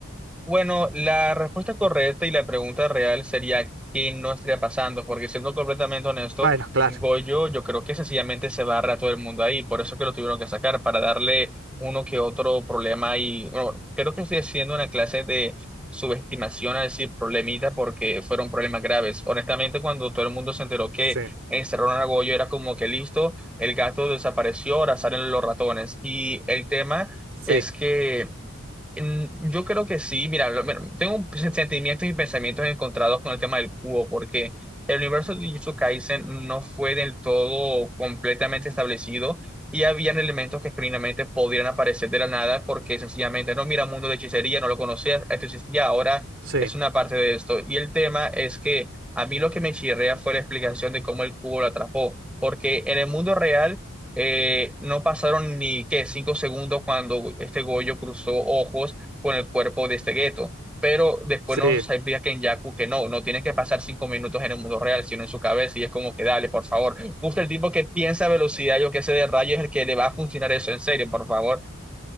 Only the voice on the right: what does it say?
Bueno, claro,
sí,
sí,
sí,
sí.